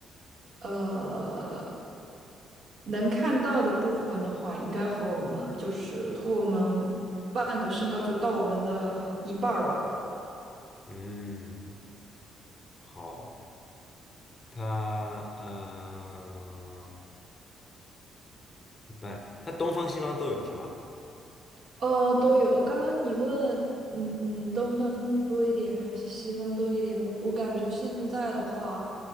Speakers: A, on the right (about 60°); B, on the left (about 35°).
A: 呃，能看到的部分的话，应该和我们就是和我们半个身高就到我们的一半儿吧。
B: 嗯，好，它呃一般，它东方西方都有是吧？
A: 呃，都有。刚刚你问，嗯嗯，东方多一点还是西方多一点？我我感觉现在的话，